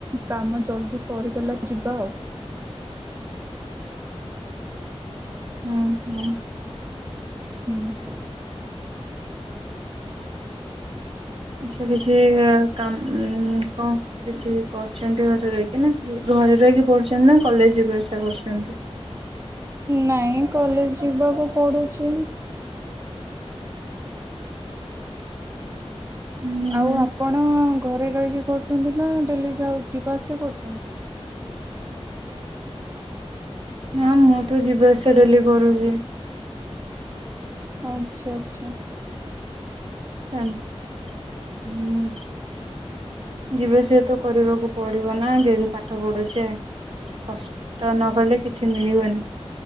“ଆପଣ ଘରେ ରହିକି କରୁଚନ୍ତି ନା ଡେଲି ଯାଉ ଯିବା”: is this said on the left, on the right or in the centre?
Right